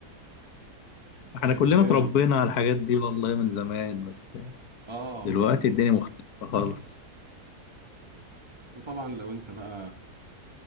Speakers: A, on the left (about 75°); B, on the right (about 20°).
A: احنا
B: كان
A: كلنا
B: جامد
A: اتربينا على الحاجات دي والله من زمان بس
B: اه
A: دلوقتي
B: و...
A: الدنيا مختلفه خالص
B: وطبعا لو انت بقى